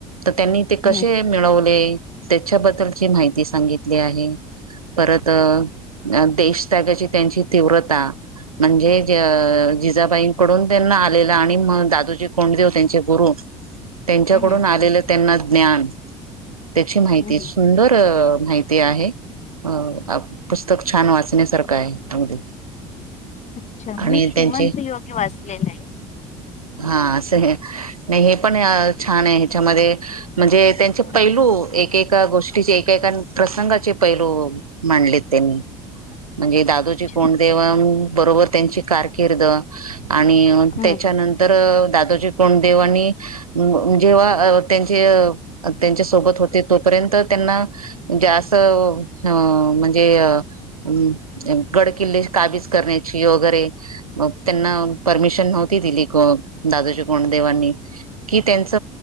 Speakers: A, on the right; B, on the left.
A: तर त्यांनी ते कसे
B: हम्म
A: मिळवले त्याच्याबद्दलची माहिती सांगितली आहे परत देश त्यागाची त्यांची तीव्रता म्हणजे जिजाबाईंकडून त्यांना आलेला आणि मग दादूजी कोंडदेव त्यांचे गुरु त्यांच्याकडून
B: हम्म हम्म
A: आलेलं त्यांना ज्ञान त्याची माहिती
B: हम्म.
A: सुंदर माहिती आहे अ पुस्तक छान वाचण्यासारखं आहे अगदी
B: अच्छा
A: आणि
B: मी श्रीमंत
A: त्यांचे
B: योगी वाचलेला आहे
A: हा असं नाही हे पण छान आहे ह्याच्यामध्ये म्हणजे त्यांचे
B: हा
A: पैलू एकका गोष्टी एका प्रसंगाचे पैलू मांडली त्यांनी म्हणजे दादूची
B: अच्छा.
A: कोंडदेव बरोबर त्यांची कारकीिर्द आणि
B: हम्म.
A: त्याच्यानंतर दादाजी कोण देवानी जेव्हा त्यांचे त्यांच्या सोबत होते तोपर्यंत त्यांना जे अस अ म्हणजे अ हम् गड किल्ले काबीज करण्याची वगैरे मग त्यांना परमिशन नव्हती दिली दादूजी कोंडदेवांनी कि त्यांच